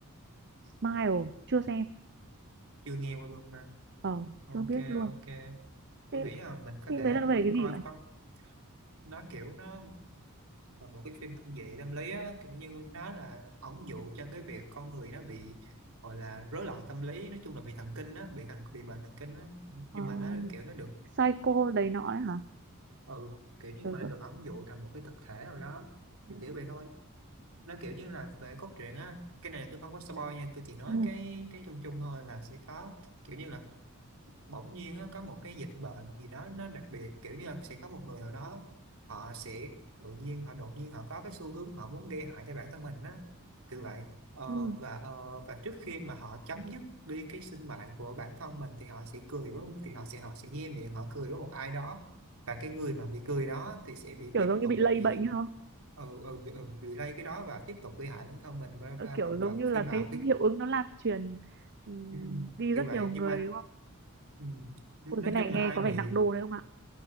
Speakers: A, on the right; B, on the right.
A: Smile chưa xem
B: chưa nghe qua luôn mà
A: ờ
B: ok
A: chưa biết luôn
B: ok tôi
A: thế
B: nghĩ là mình có
A: phim
B: thể
A: đấy là nó về cái
B: coi
A: gì vậy
B: coi nó kiểu nó là một cái phim kinh dị tâm lý á kiểu như nó là ẩn dụ cho cái việc con người nó bị gọi là rối loạn tâm lý nói chung là bị thần kinh á bị thần bị bệnh thần kinh á nhưng
A: ờ,
B: mà nó kiểu nó được
A: Psycho đấy nọ ấy hả
B: ừ, kiểu như
A: kiểu,
B: mà
A: gi-
B: nó được ẩn dụ thành một cái thực thể nào đó
A: ừ,
B: kiểu kiểu vậy thôi nó kiểu như là về cốt truyện á cái này tôi không có spoil nha tôi chỉ nói
A: ừ,
B: cái cái chung chung thôi là sẽ có kiểu như là bỗng nhiên á, có một cái dịch bệnh gì đó nó đặc biệt kiểu như là sẽ có một người ở đó họ sẽ tự nhiên họ đột nhiên họ có cái xu hướng họ muốn gây hại cho bản thân mình á kiểu vậy Ờ,
A: ừ.
B: và ờ, và trước khi mà họ chấm dứt đi cái sinh mạng của bản thân mình thì họ sẽ cười với thì họ sẽ họ sẽ nhe miệng họ cười với một ai đó và cái người mà bị cười đó thì sẽ bị
A: kiểu
B: tiếp
A: giống như
B: tục
A: bị lây
B: bị
A: bệnh hả
B: ừ, ừ, bị, ừ, bị lây cái đó và tiếp tục gây hại bản thân mình và,
A: Ờ,
B: và,
A: kiểu
B: và,
A: giống
B: và
A: như
B: khi
A: là
B: mà
A: cái
B: khi
A: hiệu ứng nó lan truyền ừm,
B: <laughs> Ừ,
A: đi
B: kiểu
A: rất
B: vậy
A: nhiều người
B: nhưng mà
A: đúng không?
B: ừ, nói
A: Ôi cái này
B: chung
A: nghe
B: là ai
A: có
B: bị
A: vẻ nặng đô đấy không ạ?